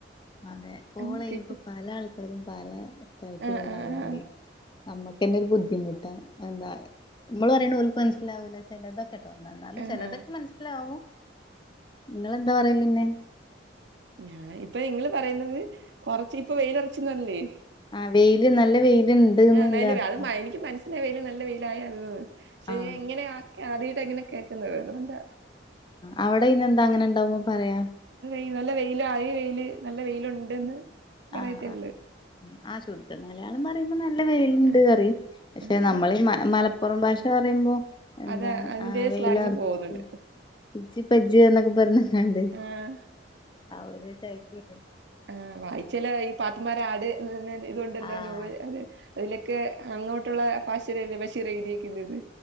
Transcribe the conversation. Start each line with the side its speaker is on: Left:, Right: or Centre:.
Left: അതെ കോളെയ്യുമ്പ
Right: ഉം കിട്ടും
Left: പല ആൾക്കാരും പല തരത്തിലുള്ളതായൊണ്ടേ
Right: ആഹ് ആഹ്
Left: നമ്മുക്കന്നെ ഒരു ബുദ്ധിമുട്ടാ എന്താ നമ്മള് പറയണ ഓല്ക്ക് മനസ്സിലാവൂല്ല ചെലതൊ അല്ല
Right: ആഹ്
Left: ചെലതൊക്കെ
Right: ആഹ്
Left: മനസ്സിലാവും നിങ്ങളെന്താ പറയലന്നെ
Right: ഞാൻ ഇപ്പ ഇങ്ങള് പറയുന്നത് കൊറച്ച് ഇപ്പ വെയ്ലർച്ന്നർഞ്ഞില്ലേ
Left: ആ വെയില് നല്ല വെയില് ഇണ്ട്ന്നില്ല
Right: ആഎന്തായ്ല്
Left: അർത്ഥം
Right: അത് എനിക്ക് മനസ്സിലായ് വെയ് ല്നല്ല വെയ്ലായ ത് ക്ഷെഞാഇങ്ങനെ
Left: ആഹ്
Right: ആട്ട് ആത്യായിട്ട ഇങ്ങനെ കേൾക്കുന്നത് അതുകൊണ്ട്
Left: അവടെ ഇയ്നെന്താ അങ്ങനെ ഇണ്ടാവുമ്പ പറയാ
Right: ങ്കി ന്നല്ല വെയ്ലായി വെയ്ല് നല്ല വെലുണ്ടെന്ന് പറയത്തേഒള്ളു
Left: ആഹ് ആഹ് ആ ശുദ്ധ മലയാളം പറയുമ്പോ നല്ല വെയ്ലുണ്ട്
Right: ആഹ്
Left: പറയും പക്ഷെ
Right: ആഹ്
Left: നമ്മളി മല മല പുറം ഭാഷ പറയുമ്പോ എന്താ
Right: അതാ അതിന്റെ
Left: ആ വെയിലർച്ചു
Right: സ്ലാങ്ങില് പോകുന്നുണ്ട്
Left: ഇച്ച് പജ്ജു എന്നൊക്കെ പറഞ്ഞ് ങ്ങാണ്ട്
Right: ആഹ്
Left: ആ ഒരു <unintelligible>
Right: ആ വായിച്ചലായി പാത്തമ്മാര ആട് നിന്ന് ഇതൊണ്ടല്ലോ
Left: ആഹ്
Right: നോവൽ അത് അതിലൊക്കെ അങ്ങോ ട്ടുള്ള ഭാഷേലല്ലേ ബഷീറഴുതിയിരിന്നത്